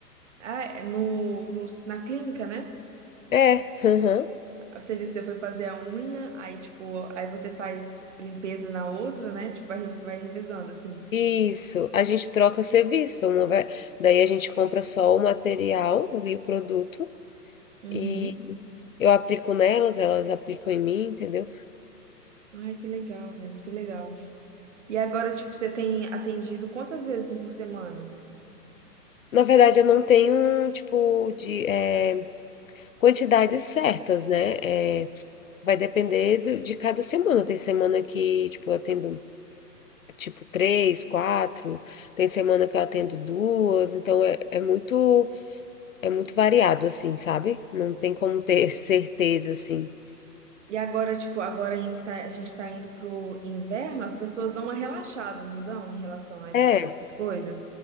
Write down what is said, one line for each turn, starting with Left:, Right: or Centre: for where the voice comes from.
Right: Ah, é no, no, na clínica, né?
Left: É, aham.
Right: Você disse que você foi fazer a unha, aí tipo, aí você faz limpeza na outra, né? Tipo, vai, vai revezando assim.
Left: Isso. A gente troca serviço, uma ve- daí a gente compra só o material ali, o produto,
Right: Uhum.
Left: e eu aplico nelas, elas aplicam em mim, entendeu?
Right: Ai, que legal, velho, que legal. E agora, tipo, você tem atendido quantas vezes assim, por semana?
Left: Na verdade, eu não tenho, um tipo, de eh, quantidades certas, né? Eh, vai depender do- de cada semana. Tem semana que, tipo, eu atendo. tipo três, quatro, tem semana que eu atendo duas, então é, é muito é muito variado assim, sabe? Não tem como ter <laughs> certeza assim.
Right: E agora, tipo, agora em que tá- a gente tá indo pro inverno, as pessoas dão uma relaxada, não dão, em relação a, essa-
Left: É,
Right: essas coisas?